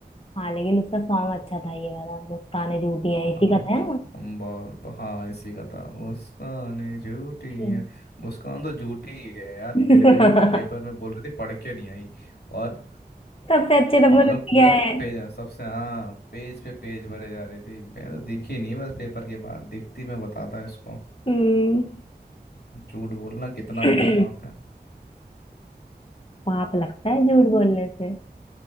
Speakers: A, on the left; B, on the left.
A: हाँ लेकिन उसका सॉन्ग अच्छा था ये वाला मुस्कान झूठी है
B: हाँ
A: इसी का था
B: अंबर हाँ इसी का था मुस्कान झूठी
A: ना
B: है मुस्कान तो झूठी ही है यार
A: <laughs>
B: मेरे में भी पेपर में बोल रहे थे पढ़ के नहीं आई और
A: सबसे अच्छे नंबर
B: पागल
A: उसके
B: पूरा
A: आए हैं
B: पेज है सबसे हाँ पेज पे पेज भरे जा रहे थे मैं तो दिखी नहीं बस पेपर के बाद दिखती मैं बताता इसको
A: हम्म
B: झूठ बोलना कितना
A: <clears throat>
B: बड़ा पाप है
A: पाप लगता है झूठ बोलने से